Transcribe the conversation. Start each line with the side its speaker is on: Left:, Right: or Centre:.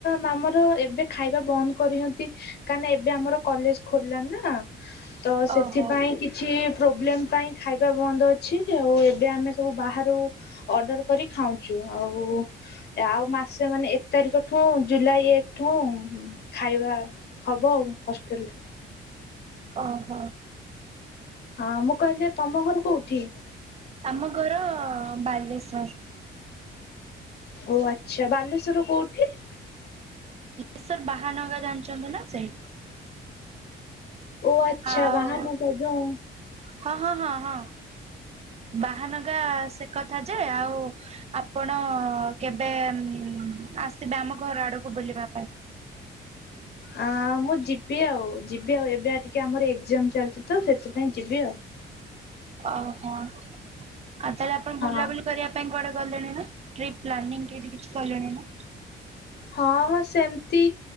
Left: ମାମର ଏବେ ଖାଇବା ବନ୍ଦ କରିଛନ୍ତି। କାଁ ନା ଏବେ ଆମର କଲେଜ ଖୋଲିଲାନା ତ ସେଥିପାଇଁ
Right: ଓହୋ
Left: କି ଛି ପ୍ରୋବ୍ଲେମ ପାଇଁ ଖାଇବା ବନ୍ଦ ଅଛି ଆଉ ଏବେ ଆମେ ସବୁ ବାହାରୁ ଅର୍ଡର କରି ଖାଉଚୁ ଆଉ ଆଉ ମାସେ ମାନେ ଏକ ତାରିଖ ଠୁ ଜୁଲାଇ ଏକଠୁ ଖାଇବା ହବ ଆଉ ହଷ୍ଟେଲରେ।
Right: ଓହୋ।
Left: ହଁ ମୁଁ କହିଲି ତମ ଘର କୋଉଠି?
Right: ଆମ ଘର ବାଲେଶ୍ଵର।
Left: ଓ ଆଚ୍ଛା ବାଲେଶ୍ଵର କୋଉଠି?
Right: ସାର୍ ବାହାନଗା ଜାଣିଚନ୍ତି ନା ସେଠି।
Left: ଓ ଆଚ୍ଛା
Right: ଆଉ
Left: ବାହାନଗା ଯୋଉ
Right: ହଁ ହଁ ହଁ ହଁ ବାହାନଗା ସେ କଥା ଯେ ଆଉ ଆପଣ କେବେ ଉଁମ୍ ଆସିବେ ଆମ ଘର ଆଡ଼କୁ ବୁଲିବା ପାଇଁ।
Left: ଆ ମୁଁ ଯିବି ଆଉ ଯିବି ଆଉ ଏବେ ଟିକେ ଆମର ଏକ୍ଜାମ ଚାଲିଚି ତ ସେଥିପାଇଁ ଯିବି ଆଉ।
Right: ଓହୋ ଆଉ ତାହେଲେ ଆପଣ
Left: ହଁ
Right: ବୁଲାବୁଲି କରିବା ପାଇଁ କୁଆଡେ ଗଲେଣି ନା ଟ୍ରିପ୍ ପ୍ଲାନିଂ କୋଉଠି କିଛି କଲେଣି ନା?
Left: ହଁ ହଁ ସେମିତି।